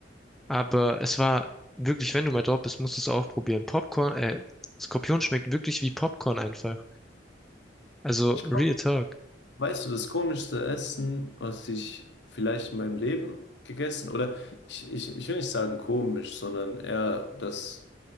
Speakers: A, in the centre; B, on the left.
A: Aber es war wirklich, wenn du mal dort bist, musst du es auch probieren. Popcorn, äh, Skorpion schmeckt wirklich wie Popcorn einfach. Also,
B: Ich glaube,
A: Real Talk.
B: weißt du, das komischste Essen, was ich vielleicht in meinem Leben gegessen, oder ich, ich, ich will nicht sagen komisch, sondern eher das,